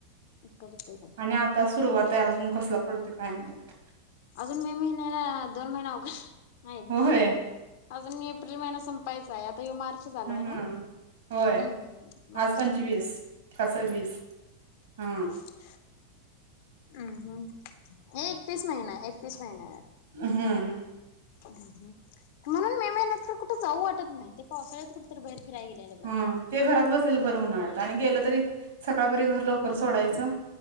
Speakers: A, on the left; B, on the right.
A: इकड तल.
B: आणि आता सुरुवात आहे अजून कसला पडतोय काय माहित.
A: आजून मे महिन्याला दोन महिना अघ हायत
B: होय
A: भो आजून एप्रिल महिना संपायचाय आता यो मार्च चालू
B: हम्म
A: आहे ना ओ.
B: होय
A: हम्म मार्च
B: आज पंचवीस का सव्वीस हा
A: <unintelligible> अम् हम् हे एकतीस नाहीना एकतीसला येणार.
B: अ हम्म.
A: अहं हं. म्हणून मे महिन्यातन कुठं जाऊ वाटत नाही ते पावसाळ्यात कुठे तरी बाहेर फिराय गेलेलं बरं
B: हा
A: वाटतं.
B: ते घरात बसलेलं बरं उन्हाळ्यात आणि गेलं तरी सकाळपरेत घर लवकर सोडायचं.